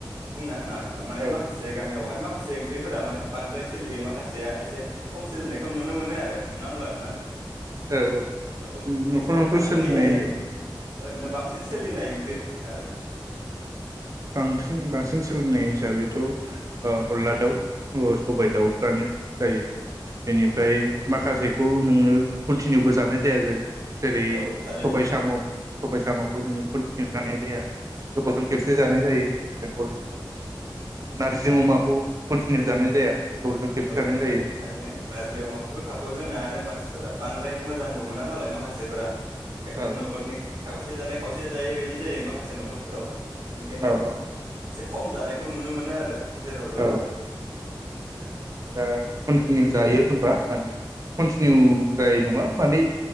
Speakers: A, on the right; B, on the right.
A: बुंना होना
B: औ
A: माखासे गामियावहाय मा माखासे ओंख्रिफोरा माने बांद्राय सोलियो माखासेया एसे खम सोलिनायखौ नुनो मोनो आरो नङा होमब्ला नोंथां
B: औ औ
A: ओमफ्राय
B: न'खर
A: नोंथांमोननि
B: न'खर सोलिनाय
A: जायगा ओरैनो बांसिन सोलिनाय ओंख्रि आरो
B: बांसिन बांसिन सोलिनाय हिसाबैथ' अनला दाउ सबाय दाउफ्रानो जायो बेनिफ्राय
A: औ औ
B: माखासेखौ नोङो कन्टिनिउबो जानाय जाया जेरै
A: औ औ थारैनो
B: सबाय साम' सबाय सामखौ नोङो कन्टिनिउ जानाय जाया गोबावजों
A: औ
B: खेबसे जानाय जायो जल
A: औ
B: नारजि अमाखौ कन्टिनिउ जानाय जाया गोबावजों खेबसे
A: औ
B: जानाय
A: थार
B: जायो
A: थारैनो नारजि अ माखौ गोखाखौ जोंना आरो मानसिफोरा बांद्राय ओमफ्राय मोजांबो मोना नालाय माखासेफोरा ओंखायनो
B: औ
A: न'खरनि खावसे जानाय खावसे जायैबायदि बिदि जायो माखासे न'खरफोराव बेनिखायनो
B: औ
A: एसे खम जानायखौ नुनो मोनो आरो जेरावब्लाबो
B: औ
A: औ थारैनो
B: दा कन्टिनिउ जायो होनबा माने कन्टिनिउद्राय नङा माने